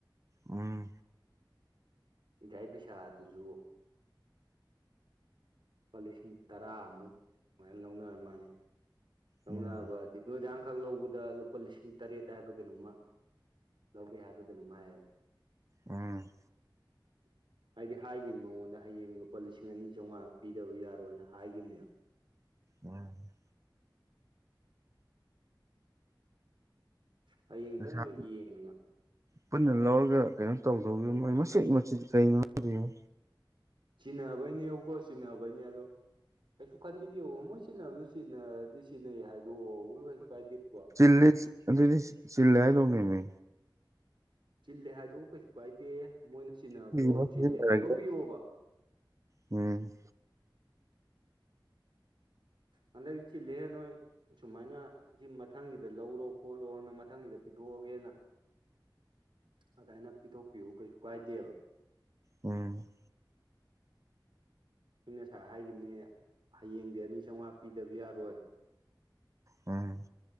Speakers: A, on the right (about 40°); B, on the right (about 75°).
A: ꯑꯥ
B: ꯏꯗꯥꯏ ꯄꯩꯁꯥ ꯑꯗꯨꯁꯨ ꯂꯨꯄꯥ ꯂꯤꯁꯤꯡ ꯇꯔꯥꯃꯨꯛ ꯃꯌꯥꯝ ꯂꯧꯅꯔꯝ ꯃꯥꯜꯅꯤ ꯇꯧꯅꯕꯗꯤ
A: ꯎꯝ
B: ꯅꯨꯣꯏꯗꯥꯡꯈꯛ ꯂꯧꯕꯗ ꯂꯨꯄꯥ ꯂꯤꯁꯤꯡ ꯇꯔꯦꯠ ꯍꯥꯏꯕ ꯀꯩꯅꯣꯝꯃ ꯂꯧꯒꯦ ꯍꯥꯏꯕ ꯀꯩꯅꯣꯝꯃ ꯍꯥꯏꯌꯦ
A: ꯎꯝ
B: <inaudible> ꯍꯥꯏꯗꯤ ꯍꯥꯏꯈꯤꯕ ꯃꯉꯣꯟꯗ ꯍꯌꯦꯡ ꯂꯨꯄꯥ ꯂꯤꯁꯤꯡ ꯑꯅꯤ ꯆꯥꯝꯃꯉꯥ ꯄꯤꯗꯕ ꯌꯥꯔꯣꯏꯅ ꯍꯥꯏꯈꯤꯕꯅꯦꯕ
A: ꯎꯝ
B: ꯍꯌꯦꯡꯇꯪ
A: ꯄꯩꯁꯥ
B: ꯌꯦꯡꯉꯅ
A: ꯄꯨꯟꯅ ꯂꯧꯔꯒ ꯀꯩꯅꯣ ꯇꯧꯗꯧꯔꯤꯕ ꯃꯣꯏ ꯃꯆꯦꯠ ꯃꯆꯤꯠ ꯀꯩꯅꯣꯅꯣ
B: ꯁꯤꯅꯕꯅꯦꯕꯀꯣ ꯁꯤꯅꯍꯕ ꯍꯥꯏꯅꯤ ꯑꯗꯣ ꯀꯩꯁꯨ ꯈꯟꯕꯤꯗꯦꯕ ꯃꯣꯏ ꯁꯤꯖꯤꯟꯅꯕ ꯁꯤꯖꯤꯟꯅꯔꯗꯤ ꯁꯤꯖꯤꯟꯅꯩ ꯍꯥꯏꯗꯣꯛꯑꯣ ꯀꯩꯁꯨ ꯀꯥꯏꯗꯦꯕ
A: ꯆꯤꯅꯤ ꯑꯗꯨ ꯑꯗꯨꯗꯤ ꯁꯤꯜꯂ ꯂꯧꯧꯅꯤꯃꯤ
B: ꯆꯤꯜꯂꯦ ꯍꯥꯏꯗꯣꯛꯑꯣ ꯀꯩꯁꯨ ꯀꯥꯏꯗꯦ ꯃꯣꯏꯅ ꯆꯤꯟꯅꯕꯗꯣ
A: ꯁꯤꯖꯤꯟꯅꯔꯒꯦ
B: ꯆꯤꯜꯂꯦ ꯍꯥꯏꯗꯣꯛꯄꯤꯌꯣꯕ
A: ꯎꯝ
B: ꯍꯥꯟꯗ ꯀ ꯆꯤ ꯂ ꯂꯩꯍꯦꯟ ꯅꯣꯣꯏ ꯁꯨꯃꯥꯏꯅ ꯁꯤ ꯃꯊꯪꯒꯤꯗ ꯂꯧꯔꯣ ꯈꯣꯠꯂꯣꯅ ꯃꯊꯪꯒꯤꯗ ꯄꯤꯊꯣꯛꯑꯒꯦꯅ ꯑꯗꯨꯃꯥꯏꯅ ꯄꯤꯊꯣꯛꯄꯤꯌꯎ ꯀꯩꯁꯨ ꯀꯥꯏꯗꯦꯕ
A: ꯎꯝ
B: ꯑ ꯉꯁꯥꯏ ꯍꯥꯏꯈꯤꯕꯅꯦ ꯍꯌꯦꯡꯗꯤ ꯑꯅꯤ ꯆꯥꯝꯃꯉꯥ ꯄꯤꯗꯕ ꯌꯥꯔꯣꯏ
A: ꯎꯝ